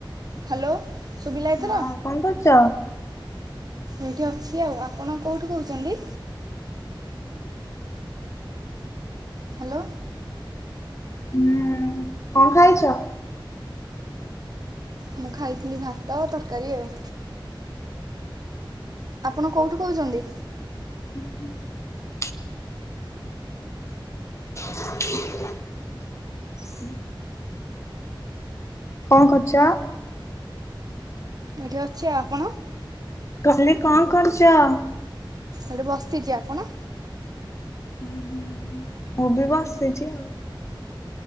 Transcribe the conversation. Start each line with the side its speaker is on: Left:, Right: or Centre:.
Right: ହ୍ୟାଲୋ। ଶୁଭିଲା ଏଥର
Left: ହଁ, କଣ କରୁଛ?
Right: ଏଇଠି ଅଛି ଆଉ ଆପଣ କୋଉଠୁ କହୁଛନ୍ତି? ହ୍ୟାଲୋ।
Left: ହୁଁ, କଣ ଖାଇଛ?
Right: ମୁଁ ଖାଇଥିଲି ଭାତ ତରକାରୀ ଆଉ ଆପଣ କେଉଁଠୁ କହୁଛନ୍ତି?
Left: ହୁଁ ହୁଁ <unintelligible> <unintelligible> କଣ କରୁଛ?
Right: ଏଠି ଅଛି ଆପଣ?
Left: କହିଲି କଣ କରୁଛ? ହୁଁ
Right: ଏଠି ବସିଛି ଆପଣ?
Left: ହଁ ହୁଁ ଓ ବି ବସିଛି ଆଉ